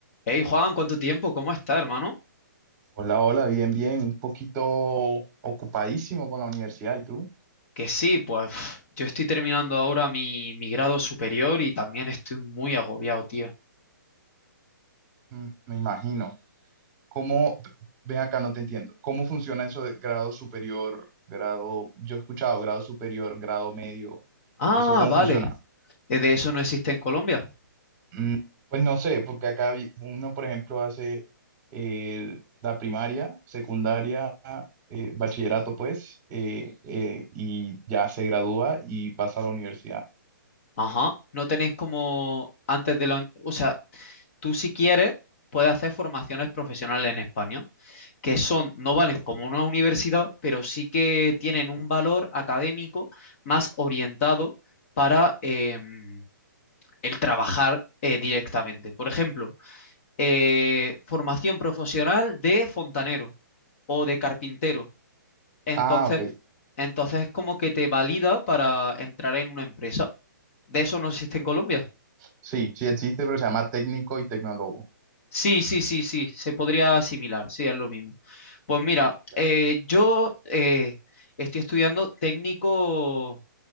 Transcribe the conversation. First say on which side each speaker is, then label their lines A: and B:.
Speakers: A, on the left; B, on the right.
A: Hey Juan, ¿cuánto tiempo? ¿Cómo está, hermano?
B: Hola, hola, bien, bien, un poquito ocupadísimo con la universidad. ¿Y tú?
A: Que sí, pues pf, yo estoy terminando ahora mi, mi grado superior y también estoy muy agobiado, tío.
B: Mm, me imagino. ¿Cómo, ven acá, no te entiendo. ¿Cómo funciona eso de grado superior, grado, yo he escuchado grado superior, grado medio?
A: Ah,
B: ¿Eso cómo
A: vale.
B: funciona?
A: Eh, ¿De eso no existe en Colombia?
B: Mm, pues no sé, porque acá vi- uno, por ejemplo, hace eh, la primaria, secundaria, eh, bachillerato, pues, eh, eh, y ya se gradúa y pasa a la universidad.
A: Ajá. No tenéis como antes de la... uni- O sea, tú si quieres puedes hacer formaciones profesionales en España, que son, no valen como una universidad, pero sí que tienen un valor académico más orientado para em, el trabajar eh, directamente. Por ejemplo, eh, formación profesional de fontanero o de carpintero. Entonces,
B: Ah, ok.
A: entonces como que te valida para entrar en una empresa. ¿De eso no existe en Colombia?
B: Sí, sí existe, pero se llama técnico y tecnólogo.
A: Sí, sí, sí, sí, se podría asimilar, sí, es lo mismo. Pues mira,
B: Ya,
A: eh, yo eh, estoy estudiando técnico